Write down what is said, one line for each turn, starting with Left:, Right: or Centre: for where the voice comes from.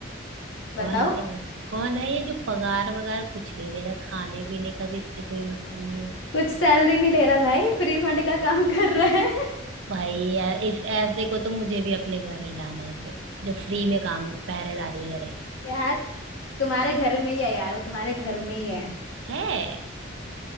Right: कौन
Left: बताओ
Right: है कौन है ये जो पगार वगार कुछ नहीं ले रहा खाने पीने का भी इससे कोई मतलब नहीं हो रहा
Left: कुछ सैलरी नहीं ले रहा भाई फ्री फंड का काम <laughs> कर रहा है
Right: भाई यार इस ऐसे को तो मुझे भी अपने घर ही लाना है फिर जो फ्री में काम पहरेदारी करे
Left: <laughs> यार तुम्हारे घर में ही है यार वो तुम्हारे घर में ही है
Right: है